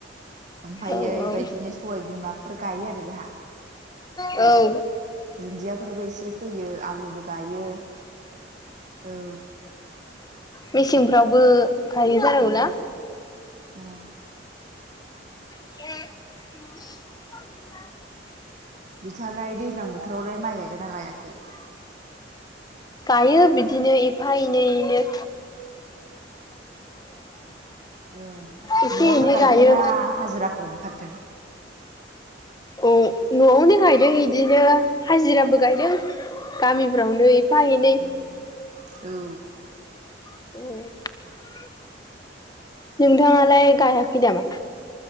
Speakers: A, on the right (about 40°); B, on the left (about 20°).
A: ओमफायो
B: औ
A: बेबायदिनो सबाय बिमाफोर गायो आरो जोंहा
B: औ
A: दुन्दियाफोरबो एसे फैयो आलुबो गायो औ
B: मेसेंफ्रावबो गायो जानांगौ
A: औ
B: ना
A: अ
B: <inaudible>
A: बिथाङालाय दैज्लां बोथोरावलाय माइ गायगोना गायाखै
B: गायो बिदिनो एफा एनै एनै
A: औ
B: एसे
A: नआवनो
B: एनै
A: गायदोंना
B: गायो।
A: हाजिरा फोर ओंखारदों
B: औ नआवनो गायदों इदिनो हाजिराबो गायदों गामिफ्रावनो एफा एनै
A: उम औ
B: ए नोंथाङालाय गायाखै नामा